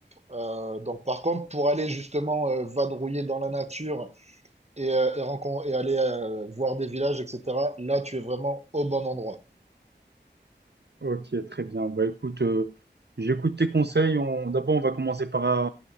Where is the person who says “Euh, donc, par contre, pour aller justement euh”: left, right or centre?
Right